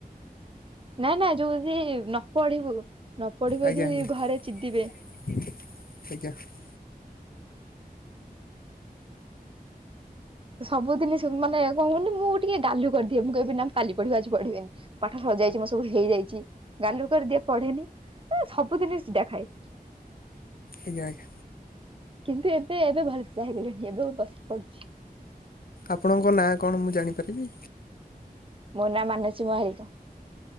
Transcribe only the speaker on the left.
ଆଜ୍ଞା
ଆଜ୍ଞା
ଆଜ୍ଞା।
ଆଜ୍ଞା ଆଜ୍ଞା।
ଆପଣଙ୍କ ନାଁ କଣ ମୁଁ ଜାଣିପାରିବି?